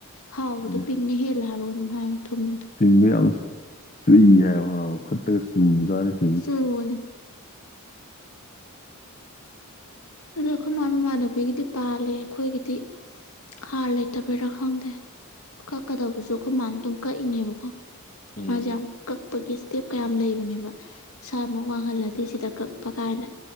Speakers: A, on the left; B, on the left.
A: ꯍꯥꯎꯕꯗꯣ
B: ꯍꯣꯏꯅꯦ
A: ꯄꯤꯡꯅ ꯍꯦꯜꯂꯦ ꯍꯥꯏꯕ ꯀꯩꯅꫭꯝ ꯍꯥꯏꯅꯤ ꯊꯨꯝꯕꯗꯣ
B: ꯄꯤꯡꯗꯨ ꯌꯥꯝ ꯆꯨꯏ ꯍꯥꯏꯕ ꯈꯨꯠꯇꯒ ꯆꯨꯕꯖꯥꯠꯅꯤꯗ
A: ꯆꯨꯕꯅꯤ ꯑꯗꯨ ꯑꯩꯈꯣꯏ ꯃꯥꯏ ꯃꯃꯥꯟꯅꯕꯤꯒꯤꯗꯤ ꯄꯥꯜꯂꯦ ꯑꯩꯈꯣꯏꯒꯤꯗꯤ ꯍꯥꯔ ꯂꯩꯇꯕꯩꯔꯥ ꯈꯪꯗꯦ ꯀꯛꯀꯗꯕꯁꯨ ꯑꯩꯈꯣꯏ ꯃꯥꯅ ꯑꯗꯨꯝ ꯀꯛꯏꯅꯦꯕꯀꯣ
B: ꯎꯝ
A: ꯃꯥꯁꯦ ꯌꯥꯝ ꯀꯛꯄꯒꯤ ꯏꯁꯇꯦꯞ ꯀꯥ ꯌꯥꯝ ꯂꯩꯕꯅꯦꯕ ꯁꯥꯏꯃꯨꯛ ꯋꯥꯡꯍꯜꯂꯗꯤ ꯁꯤꯗ ꯀꯛꯄ ꯀꯥꯏꯅ